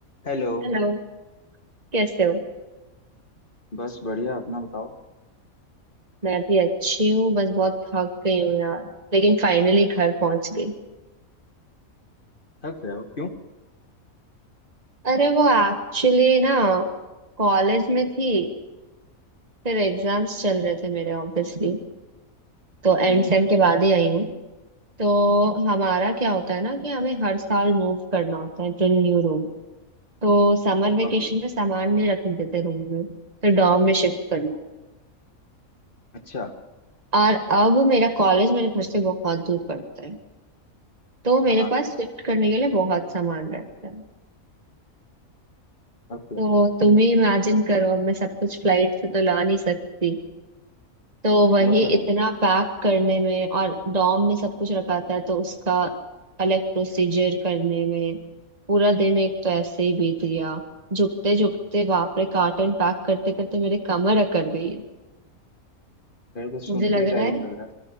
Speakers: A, on the left (about 40°); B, on the right (about 30°).
A: Hello
B: हेलो कैसे हो
A: बस बढ़िया अपना बताओ
B: मैं भी अच्छी हूँ बस बहुत थक गई हूँ यार लेकिन फाइनली घर पहुंच गई
A: थक रहे हो क्यों
B: अरे वो एक्चुअली ना कॉलेज में थी फिर एग्जाम्स चल रहे थे मेरे ऑब्वियसली तो एंड
A: हम्म
B: सेम के बाद ही आई हूँ तो हमारा क्या होता है ना कि हमें हर साल मूव करना होता है टू न्यू रूम तो समर वेकेशन
A: ओके
B: में सामान नहीं रखने देते रूम में तो डॉर्म में शिफ्ट करना
A: अच्छा
B: और अब मेरा कॉलेज मेरे घर से बहुत दूर पड़ता है तो मेरे
A: हाँ हाँ
B: पास शिफ्ट करने के लिए बहुत सामान रहता है
A: ओके
B: तो तुम ही इमेजिन करो अब मैं सब कुछ फ्लाइट से तो ला नहीं सकती तो वही
A: वो तो
B: इतना
A: है
B: पैक करने में और डॉम में सब कुछ रखा था तो उसका अलग प्रोसीजर करने में पूरा दिन एक तो ऐसे ही बीत गया झुकते झुकते बाप रे कार्टन पैक करते करते मेरे कमर अकड़ गई है
A: यार तो सुन
B: मुझे लग
A: के ही
B: रहा
A: टायरिंग
B: है
A: लग रहा है